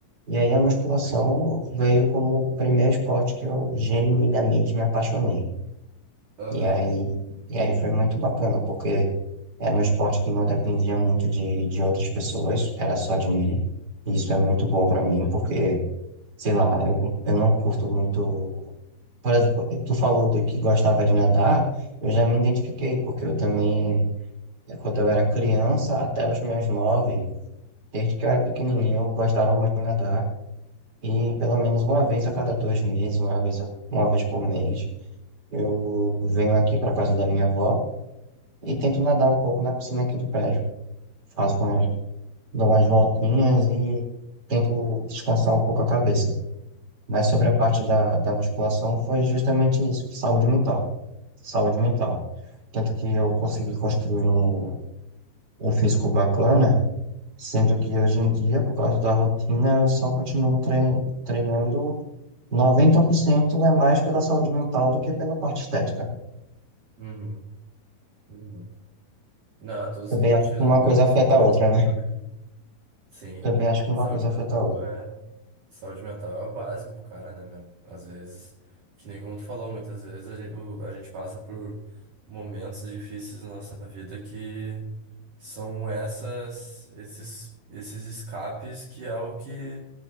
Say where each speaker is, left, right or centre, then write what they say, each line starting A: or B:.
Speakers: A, on the right; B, on the right.
A: E aí a musculação
B: Sim.
A: veio como o primeiro esporte que eu genuinamente me apaixonei.
B: Aham,
A: E aí, e aí foi muito bacana, porque era um esporte que não dependia muito de, de outras pessoas, era só de mim. E isso é muito bom para mim,
B: sim.
A: porque, sei lá, eu, eu não curto muito por exemplo, tu falou de que gostava de nadar, eu já me identifiquei, porque eu também, quando eu era criança, até os meus nove, desde que eu era pequenininho, eu gostava muito de nadar. E pelo menos uma vez a cada dois meses, uma vez, a- uma vez por mês, eu venho aqui para casa da minha avó e tento nadar um pouco na piscina aqui do prédio. Faço umas, dou umas voltinhas e tento descansar um pouco a cabeça. Mas sobre a parte da, da musculação foi justamente isso, saúde mental. Saúde mental. Tanto que eu consegui
B: Saúde mental.
A: construir um, um físico bacana, sendo que hoje em dia, por causa da rotina, eu só continuo trein, treinando 90% é mais pela saúde mental do que pela parte estética.
B: Uhum, uhum. Não, todo sentido,
A: Também acho que uma
B: né, cara?
A: coisa
B: Saúde
A: afeta
B: mental
A: a outra, né?
B: também. Sim.
A: Também acho que uma
B: Saúde
A: coisa
B: mental
A: afeta a outra.
B: é. Saúde mental é o básico pro cara, né, meu? Às vezes, que nem como tu falou, muitas vezes a gente, a gente passa por momentos difíceis na nossa vida que são essas, esses, esses escapes que é o que,